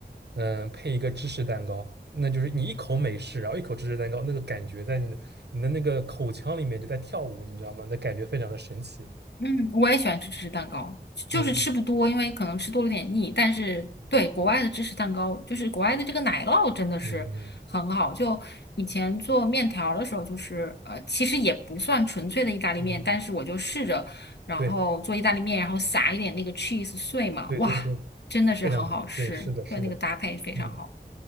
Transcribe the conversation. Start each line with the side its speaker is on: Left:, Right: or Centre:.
Right: 嗯配一个芝士蛋糕，那就是你一口美式，然后一口芝士蛋糕，那个感觉在你的你的那个口腔里面就在跳舞，你知道吗？那感觉非常的神奇。
Left: 嗯，我也喜欢吃芝士蛋糕，就是吃不多，
Right: 嗯
Left: 因为可能吃多了有点腻。但是对国外的芝士蛋糕，就是国外的这个奶酪真的是很好。
Right: 嗯嗯
Left: 就以前做面条儿的时候，就是呃，其实也不算纯粹的意大利面，
Right: 嗯，嗯
Left: 但是我就试着，然后做意大利面，
Right: 对
Left: 然后撒一点那个 cheese 碎嘛，
Right: 对对对，
Left: 哇，真的是很好吃，
Right: 非常好。对，是的，是的，
Left: 对，那个搭配非常好。
Right: 嗯。